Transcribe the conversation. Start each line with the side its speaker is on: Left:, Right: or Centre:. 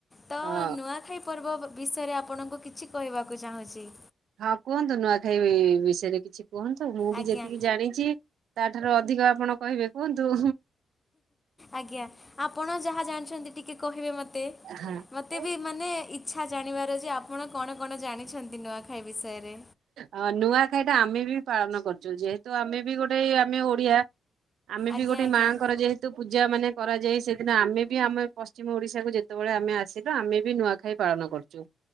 Left: ତ
Right: ହଁ
Left: ନୂଆଖାଇ ପର୍ବ ବ ବିଷୟରେ ଆପଣଙ୍କୁ କିଛି କହିବାକୁ ଚାହୁଁଚି।
Right: ହଁ କୁହନ୍ତୁ ନୂଆଖାଇ ବିଷୟରେ କିଛି କୁହନ୍ତୁ ମୁଁ
Left: ଆଜ୍ଞା।
Right: ବି ଯେତିକି ଜାଣିଚି। ତା ଠାରୁ ଅଧିକ ଆପଣ କହିବେ କୁହନ୍ତୁ।
Left: ଆଜ୍ଞା ଆପଣ ଯାହା ଜାଣିଛନ୍ତି ଟିକେ କହିବେ ମତେ।
Right: ହଁ
Left: ମତେ ବି ମାନେ ଇଛା ଜାଣିବାର ଯେ ଆପଣ କଣ କଣ ଜାଣିଛନ୍ତି ନୂଆଖାଇ ବିଷୟରେ।
Right: ଅ ନୂଆଖାଇଟା ଆମେ ବି ପାଳନ କରୁଚୁ ଯେହେତୁ ଆମେ ବି ଗୋଟେ କି ଆମେ ଓଡିଆ। ଆମେ ବି
Left: ଆଜ୍ଞା
Right: ଗୋଟେ
Left: ଆଜ୍ଞା
Right: ମାଆଙ୍କର ଯେହେ ତ ପୂଜା ମାନେ କରାଯାଇ ସେଦିନ ଆମେ ବି ଆମେ ପଶ୍ଚିମ ଓଡ଼ିଶାକୁ ଯେତେବେଳେ ଆମେ ଆସିଲୁ ଆମେ ବି ନୂଆଖାଇ ପାଳନ କରୁ। ଚୁ